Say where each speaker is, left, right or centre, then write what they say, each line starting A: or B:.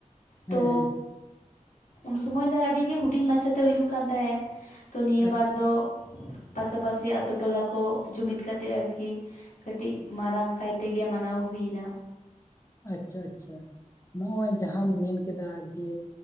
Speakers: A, on the left (about 20°); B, on the left (about 80°).
A: ᱦᱮᱸ
B: ᱛᱚ
A: ᱦᱮᱸ
B: ᱩᱱ ᱥᱚᱢᱚᱭ ᱫᱚ ᱟᱹᱰᱤ ᱜᱮ ᱦᱩᱰᱤᱧ ᱢᱟᱪᱷᱟ ᱛᱮ ᱦᱩᱭᱩᱜ ᱠᱟᱱ ᱛᱟᱦᱮᱸᱱ ᱛᱚ ᱱᱤᱭᱟᱹ
A: ᱟᱪᱪᱷᱟ
B: ᱵᱟᱨ ᱫᱚᱼᱼ ᱯᱟᱥᱟᱯᱟᱥᱤ ᱟᱛᱳ ᱴᱚᱞᱟ ᱠᱚ ᱡᱩᱢᱤᱫ ᱠᱟᱛᱮ ᱟᱨᱠᱤ ᱠᱟᱹᱴᱤᱡ ᱢᱟᱨᱟᱝ ᱠᱟᱭ ᱛᱮᱜᱮ ᱢᱟᱱᱟᱣ ᱦᱩᱭᱱᱟ
A: ᱟᱪᱪᱷᱟ ᱟᱪᱪᱷᱟ ᱱᱚᱜ ᱚᱭ ᱡᱟᱦᱟᱸᱢ ᱢᱮᱱ ᱠᱮᱫᱟ ᱡᱮ,